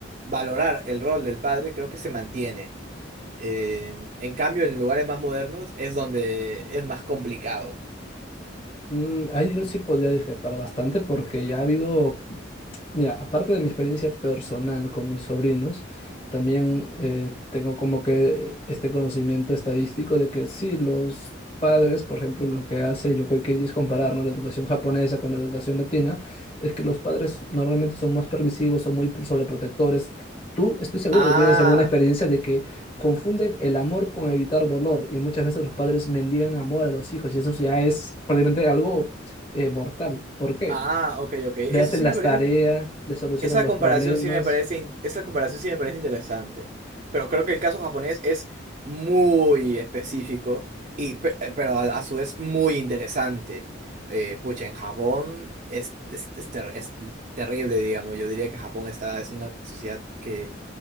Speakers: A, on the right (about 45°); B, on the left (about 30°).
A: valorar el rol del padre creo que se mantiene. Eh, en cambio, en lugares más modernos es donde es más complicado.
B: Mm, ahí yo sí podría discrepar bastante porque ya ha habido Mira, aparte de mi experiencia personal con mis sobrinos, también eh, tengo como que este conocimiento estadístico de que sí, los padres, por ejemplo, lo que hace Yokoi Kenji es comparar, ¿no? la educación japonesa con la educación latina, es que los padres normalmente son más permisivos, son muy pro- sobreprotectores. Tú, estoy seguro
A: Ah,
B: que tienes alguna experiencia de que confunden el amor con evitar dolor y muchas veces los padres mendigan amor a los hijos y eso ya es prácticamente algo eh, mortal. ¿Por qué?
A: ah, ok, ok.
B: le
A: Eso
B: hacen
A: sí
B: las
A: me parece
B: tareas, le solucionan
A: Esa
B: los
A: comparación
B: problemas.
A: sí me parece, in- esa comparación sí me parece interesante, pero creo que el caso japonés es muy específico y pe- eh, pero a, a su vez muy interesante. Eh, pucha, en Japón es, es, es ter- es terrible, digamos. Yo diría que Japón está, es una sociedad que